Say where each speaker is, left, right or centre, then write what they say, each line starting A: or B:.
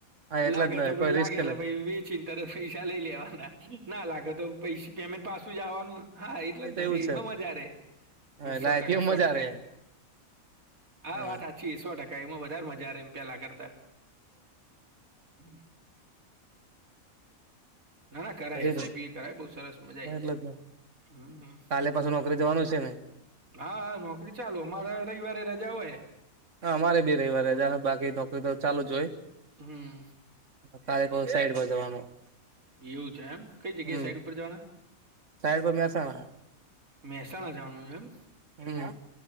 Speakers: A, on the right (about 60°); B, on the right (about 75°).
A: હા એટલે
B: લાગત
A: જ ને
B: ભ
A: કોઈ
B: લાગેલા
A: રિસ્ક નહી
B: ભાઈ ચિંતા ર પૈસા લઈ લેવાના ના લાગે તો પૈસા પેમેન્ટ પાછું જવાનું હા એટલે
A: એ
B: જ
A: તો
B: ને
A: એવું
B: એમાં
A: છે
B: મજા રે
A: એટલે
B: સો
A: આઈપીઓ
B: ટકા સો
A: મજા
B: ટકા
A: રે
B: આ
A: હમ
B: વાત હાચી સો ટકા એમાં બ વધારે મજા ર એમ પેલા કરતા હમ ના ના કરાય
A: પછી
B: એસઆઈપી કરાય બહુ સરસ મજા આઈ
A: એટલે
B: જાય એમ
A: જ
B: હમ
A: કાલે પાછું નોકરી જવાનું છે ને
B: હા હા નોકરી ચાલુ અમારે રવિવારે રજા હોય
A: હા મારે બી રવિવારે રજા બાકી નોકરી તો ચાલુ જ હોય.
B: હમ.
A: અત્યારે તો સાઈડમાં જવાનું
B: એવું છે એમ કઈ જગ્યાએ
A: હમ
B: સાઈડ ઉપર જવાના
A: સાઈડ પર મહેસાણા
B: મહેસાણા જવાનું એમ
A: હમ